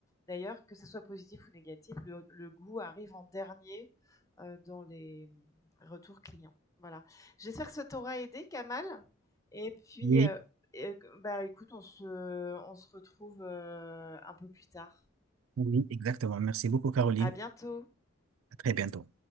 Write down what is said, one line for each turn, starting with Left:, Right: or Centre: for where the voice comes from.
Left: d'ailleurs que ce soit positif ou négatif, le le goût arrive en dernier, heu, dans les retours clients. Voilà. J'espère que ça t'aura aidé Kamal et puis,
Right: Oui,
Left: heu et bah, écoute on se on se retrouve, heu, un peu plus tard.
Right: oui, exactement. Merci beaucoup, Caroline.
Left: À bientôt.
Right: À très bientôt.